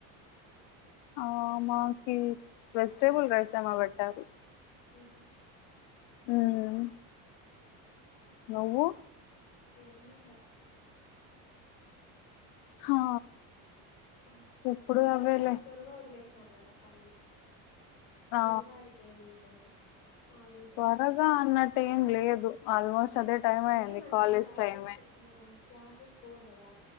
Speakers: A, on the left; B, on the left.
A: ఆ మాకి వెజిటేబుల్ రైసామాబడ్డారు
B: ఉ
A: ఉమ్ నవ్వు
B: లమెన్ రస్
A: హా
B: మ్
A: ఎప్పుడు
B: అన్
A: అవేలే
B: త్వరగా వదులెష్ త్వరగా కాలేజీ
A: ఆ
B: త్వరగా అయిపోయింది ఈ రోజు ఆడిలో
A: త్వరగా అన్నట్టు ఏం లేదు ఆల్మోస్ట్ అదే టైం
B: అంటే
A: అయింది
B: మనకి
A: కాలేజ్
B: క్లాసెస్
A: టైమే
B: ఆ క్లాసెస్ బోర్ కదా